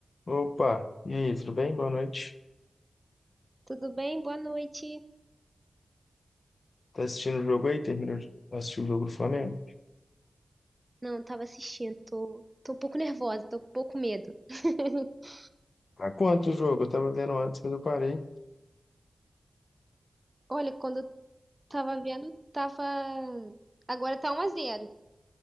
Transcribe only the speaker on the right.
Tudo bem? Boa noite.
Não, tava assistindo. Tô, tô um pouco nervosa, tô um pouco com medo. <laughs>
Olha, quando eu tava vendo, tava. Agora tá um a 0.